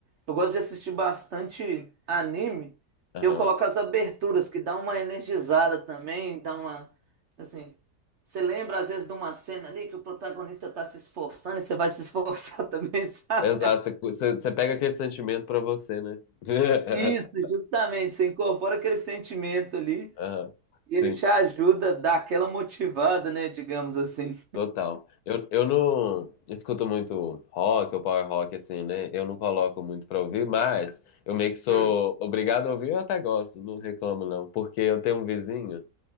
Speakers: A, on the right; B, on the left.
A: Eu gosto de assistir bastante anime.
B: Aham.
A: Eu coloco as aberturas, que dá uma energizada também, dá uma. Assim, você lembra às vezes de uma cena ali que o protagonista tá se esforçando e você vai se esforçar <laughs> também, sabe?
B: Exato, você você pega aquele sentimento pra você, né? <laughs>
A: Isso, justamente. Você incorpora aquele sentimento ali
B: Aham,
A: e
B: sim.
A: ele te ajuda a dar aquela motivada, né? Digamos assim.
B: Total. Eu, eu não escuto muito rock ou power rock, assim, né? Eu não coloco muito pra ouvir, mas eu meio que sou
A: Hum,
B: obrigado a ouvir, eu até gosto, não reclamo não. Porque eu tenho um vizinho,